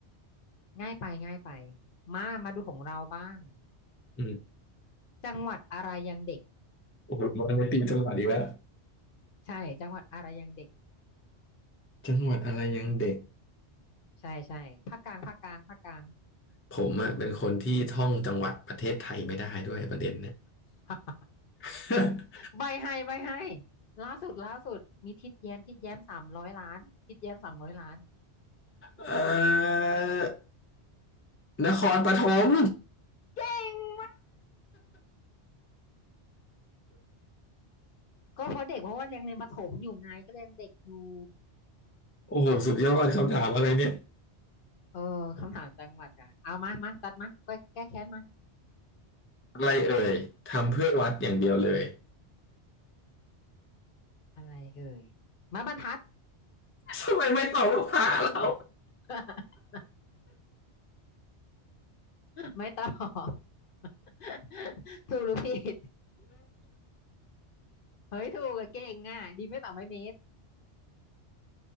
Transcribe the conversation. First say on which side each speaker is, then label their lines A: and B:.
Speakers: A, on the left; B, on the left.
A: ง่ายไปง่ายไปมามาดูของเราบ้าง
B: อืม
A: จังหวัดอะไรยังเด็ก
B: โอ้โหมันในตีจังหวัดอีกแล้ว
A: ใช่จังหวัดอะไรยังเด็ก
B: จังหวัดอะไรยังเด็ก
A: ใช่ใช่ภาคกลางภาคกลางภาคกลาง
B: ผมอะเป็นคนที่ท่องจังหวัดประเทศไทยไม่ได้ด้วยประเด็นเนี่ย
A: <laughs>
B: <laughs>
A: ใบให้ใบให้ล่าสุดล่าสุดมีทิดแย้มทิดแย้มสามร้อยล้านทิดแย้มสามร้อยล้าน
B: เอ่อนครปฐม
A: เก่งมากก็เพราะเด็กเพราะว่ายังเรียนประถมอยู่ไงก็เรียนเด็กอยู่
B: โอ้โหสุดยอดคำถามอะไรเนี่ย
A: โอ้คำถามจังหวัดค่ะเอามามาจัดมาแก้แก้แค้นมา
B: อะไรเอ่ยทำเพื่อวัดอย่างเดียวเลย
A: อะไรเอ่ยไม้บรรทัด
B: <laughs> ทำไมไม่ตอบว่าพระเรา
A: <laughs> ไม่ตอบ <laughs> ถูกหรือผิดเฮ้ยถูกอะเก่งอ่ะดีไม่ตอบไม่เมตร